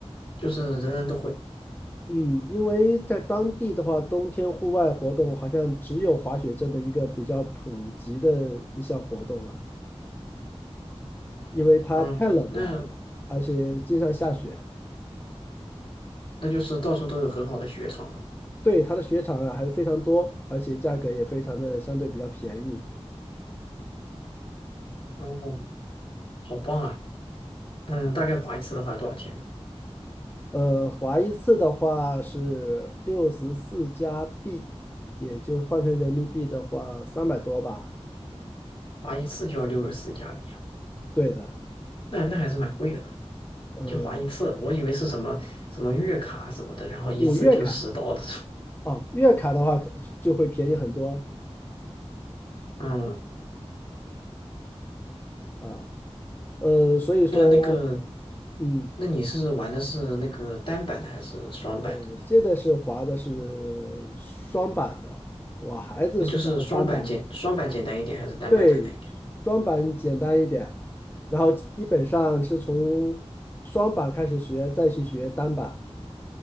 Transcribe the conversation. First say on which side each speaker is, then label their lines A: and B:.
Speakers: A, on the left (about 50°); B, on the left (about 20°).
A: 就是人人都会。
B: 嗯，因为在当地的话，冬天户外活动好像只有滑雪这么一个比较普及的一项活动了，因为它太冷了，
A: 嗯，那
B: 而且经常下雪。
A: 那就是到处都有很好的雪场嘛。
B: 对，它的雪场啊还是非常多，而且价格也非常的相对比较便宜。
A: 哦，好棒啊！嗯，大概划一次的话多少钱呢？
B: 呃，滑一次的话是六十四加币，也就是换成人民币的话三百多吧。
A: 划一次就要六十四加币啊，
B: 对的，
A: 那那还是蛮贵的，
B: 呃，
A: 就划一次。我以为是什么什么月卡什么的，然后一次就十刀的。
B: 哦有月卡哦，月卡的话可就会便宜很多
A: 嗯，
B: 啊。呃，所以说，
A: 那那个，
B: 嗯，
A: 那你是玩的是那个单板的还是双板的？
B: 我现在是滑的是双板的，我孩子是滑的单板。
A: 那就是双板简双板简单一点还是单板简单一点？
B: 对，双板简单一点，然后基本上是从双板开始学，再去学单板。